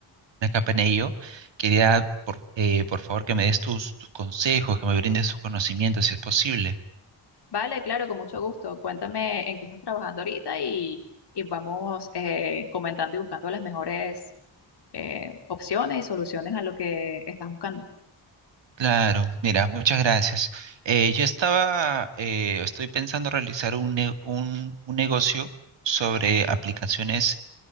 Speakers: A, on the right; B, on the left.
A: una capa en ello, quería, por, eh, por favor, que me des tus, tus consejos, que me brindes tus conocimientos, si es posible.
B: Vale, claro, con mucho gusto. Cuéntame en qué estás trabajando ahorita y, y vamos eh, comentando y buscando las mejores eh, opciones y soluciones a lo que estás buscando.
A: Claro, mira, muchas gracias. Eh, yo estaba, eh, estoy pensando realizar un, ne- un, un negocio sobre aplicaciones